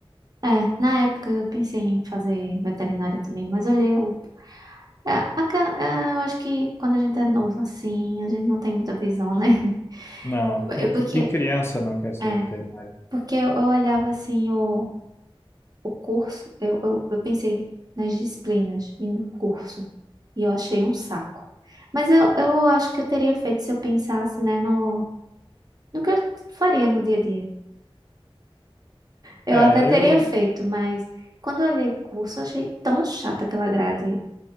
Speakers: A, on the right (about 40°); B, on the left (about 25°).
A: É, na época eu pensei em fazer veterinária também, mas olhei o. É, aca- é, eu acho que quando a gente é novo assim, a gente não tem muita visão, né? <laughs>
B: Não, que,
A: Eu,
B: que,
A: porque,
B: que criança não quer ser
A: é,
B: veterinário?
A: porque eu olhava assim o, o curso, eu, eu, eu pensei nas disciplinas e no curso, e eu achei um saco. Mas eu, eu acho que eu teria feito se eu pensasse, né, no, no que eu faria no dia a dia. Eu
B: É,
A: até teria
B: eu,
A: feito, mas quando eu olhei o curso, eu achei tão chata aquela grade